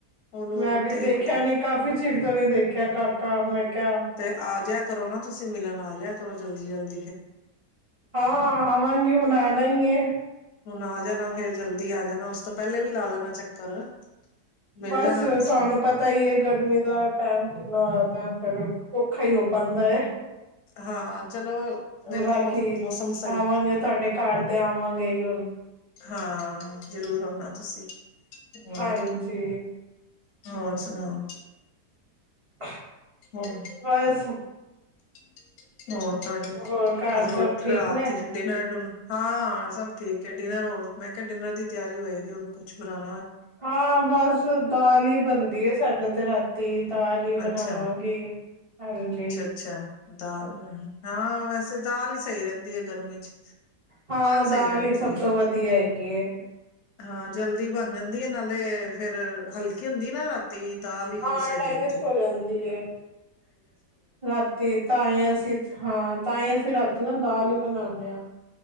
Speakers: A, on the left; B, on the right.
A: ਉਹਨੂੰ
B: ਮੈਂ ਵੀ
A: ਤੇ
B: ਦੇਖਿਆ
A: ਇੱਕ
B: ਨੀ ਕਾਫ਼ੀ ਚਿਰ ਤੋਂ ਨੀ ਦੇਖਿਆ ਕਾਕਾ ਮੈਂ ਕਿਹਾ
A: ਤੇ ਆ ਜੀਆ ਕਰੋ ਨਾ ਤੁਸੀਂ ਮਿਲਣ ਆ ਜਾਿਆ ਕਰੋ ਜਲਦੀ-ਜਲਦੀ
B: ਹਾਂ ਆਵਾਂਗੀ ਹੁਣ ਆਣਾ ਹੀ ਹੈ
A: ਹੁਣ ਆ ਜਾਣਾ ਫੇਰ ਜਲਦੀ ਆ ਜਾਣਾ ਉਸ ਤੋਂ ਪਹਿਲੇ ਵੀ ਲਾ ਲੈਣਾ ਚੱਕਰ ਮਿਲ
B: ਬਸ
A: ਜਾਣਾ ਸਾ
B: ਤੁਹਾਨੂੰ ਪਤਾ ਹੀ ਹੈ ਗਰਮੀ ਦਾ ਟੈਮ ਕਿੰਨਾ ਫਿਰ ਔਖਾ ਹੀ ਹੋ ਪਾਉਂਦਾ ਹੈ
A: ਹਾਂ ਚਲੋ ਵੇਖੋ
B: ਬਾਕੀ
A: ਮੌਸਮ ਸਹੀ,
B: ਆਵਾਂਗੇ ਤੁਹਾਡੇ ਘਰ ਤੇ ਆਵਾਂਗੇ ਹੀ ਹੁਣ
A: ਹਾਂ ਜ਼ਰੂਰ ਆਉਣਾ ਤੁਸੀਂ ਹੋਰ
B: ਹਾਂਜੀ
A: ਹੋਰ ਸੁਣਾਓ
B: <unintelligible>
A: ਹੋਰ
B: ਬਸ
A: <unintelligible> ਹੋਰ ਤੁਹਾਡੇ,
B: ਹੋਰ ਘਰ
A: ਅੱਜ ਰੋਟ
B: ਸਭ ਠੀਕ
A: ਰਾਤ
B: ਨੇ
A: ਡੀੇਨਰ ਡੁਨ ਹਾਂ ਸਭ ਠੀਕ ਹੈ ਡਿਨਰ ਹੋਰ ਮੈਂ ਕਿਹਾ ਡਿਨਰ ਦੀ ਤਿਆਰੀ ਹੋਏਗੀ ਹੋਰ ਕੁਛ ਬਨਾਣ
B: ਹਾਂ ਬਸ ਦਾਲ ਹੀ ਬਣਦੀ ਏ ਸਾਡੇ ਤੇ ਰਾਤੀ ਦਾਲ ਹੀ
A: ਅੱਛਾ,
B: ਬਣਾਵਾਂਗੇ ਹਾਂਜੀ
A: ਅੱਛਾ-ਅੱਛਾ, ਦਾਲ ਬਨਾਨੀ, ਹਾਂ ਵੈਸੇ ਦਾਲ ਹੀ ਸਹੀ ਰਹਿੰਦੀ ਹੈ। ਗਰਮੀ ਚ
B: ਹਾਂ,
A: ਸਹੀ
B: ਦਾਲ
A: ਰਹਿੰਦੀ
B: ਹੀ ਸਭ
A: ਹੈ
B: ਤੋਂ ਵਧੀਆ ਹੈਗੀ ਏ।
A: ਹਾਂ, ਜਲਦੀ ਬਣ ਜਾਂਦੀ ਹੈ ਨਾਲੇ ਫੇਰ ਹਲਕੀ ਹੁੰਦ ਦਿਨਾਂ ਰਾਤੀ ਦਾਲ ਹੀ
B: ਹਾਂ
A: ਸਹੀ
B: ਡਾਇਜੈਸਟ
A: ਰਹਿੰਦੀ ਏ।
B: ਹੋ ਜਾਂਦੀ ਹੈ ਰਾਤੀ ਤਾਈ ਅਸੀਂ ਹਾਂ ਤਾਈ ਅਸੀਂ ਰਾਤੀ ਨਾ ਦਾਲ ਹੀ ਬਣਾਣ <unintelligible>